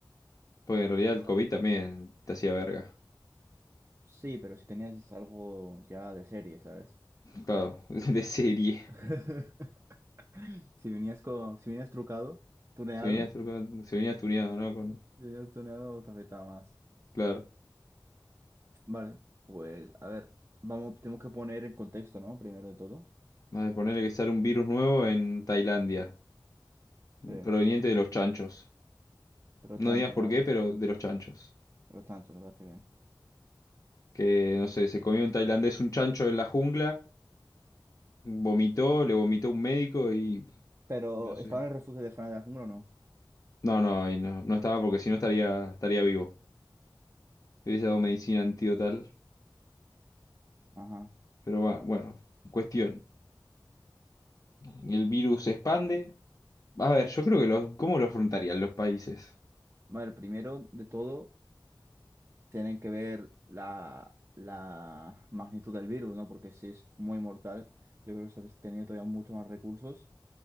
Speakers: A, on the left; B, on the right.
A: porque en realidad el
B: Vale.
A: COVID también te hacía verga.
B: Sí, pero si tenías algo ya de serie, ¿sabes?
A: Claro, <laughs> de serie.
B: <laughs> Si venías con, si venías trucado, tuneado,
A: Se venía, turco- se venía tuneado, ¿no? Con,
B: si venías tuneado, te afectaba más.
A: claro.
B: Vale, pues, a ver, vamos, tenemos que poner en contexto, ¿no? Primero de todo.
A: Vale, ponerle que sale un virus nuevo en Tailandia,
B: Sí.
A: proveniente de los chanchos.
B: De los
A: No
B: chanchos,
A: digas por
B: vale.
A: qué, pero de los chanchos.
B: De los chanchos, me parece bien.
A: Que, no sé, se comió un tailandés un chancho en la jungla, vomitó, le vomitó un médico y...
B: Pero,
A: Yo sé.
B: ¿estaba en el refugio de Fran de la Jungla o no?
A: No, no, ahí no, no estaba porque si no estaría, estaría vivo. Le hubiese dado medicina antidotal,
B: Ajá.
A: pero va, bueno, cuestión. El virus se expande. A ver, yo creo que los, ¿cómo lo afrontarían los países?
B: Vale, primero de todo, tienen que ver la, la magnitud del virus, ¿no? Porque si es muy mortal, yo creo que se les tenía todavía mucho más recursos